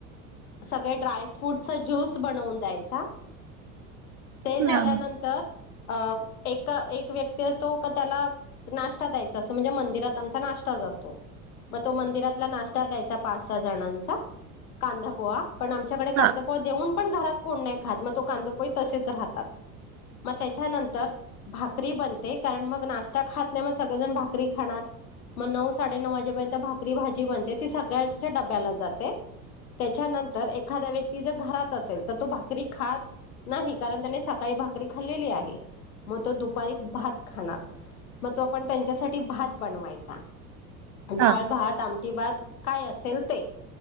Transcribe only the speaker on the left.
सगळे ड्रायफ्रूटचा ज्यूस बनवून द्यायचा ते झाल्यानंतर
अ एका एक व्यक्ती असतो का त्याला नाश्ता द्यायचा असं म्हणजे मंदिरात आमचा नाश्ता जातो मग तो मंदिरातला नाश् द्यायचा पाच सहा जणांचा कांदा पोहा पण आमच्याकडे
कांदा
देऊन पण घरात कोण नाही खात मग तो कांदा पोहे तसेच राहतात मग त्याच्यानंतर भाकरी बनते कारण मग नाश्ता खात नाही मग सगळेजण भाकरी खाणार मग नऊ साडे नऊ वाजेपर्यंत भाकरी भाजी बनते ती सगळ्याच्या डब्याला जाते त्याच्यानंतर एखाद्या व्यक्ती जर घरात असेल तर तो भाकरी खात नाही कारण त्याने सकाळी भाकरी खाल्लेली आहे मग तो दुपारी भात खाणार मग तो आपण त्यांच्यासाठी भात बनवायचा डाळ
भात आमटी भात काय असेल ते